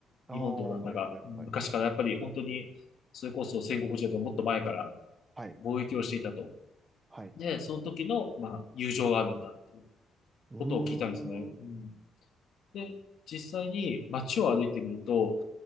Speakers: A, on the right; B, on the left.
A: ああ、
B: 日本とオランダが。
A: はい、はい、
B: 昔からやっぱり本当に、
A: はい。
B: それこそ戦国時代とかもっと前から
A: はい、
B: 貿易をしていたと。
A: はい。
B: で、その時の、まあ、友情があるんだっていう
A: うーん。
B: ことを聞いたんですね。うん、で、実際に街を歩いてみると、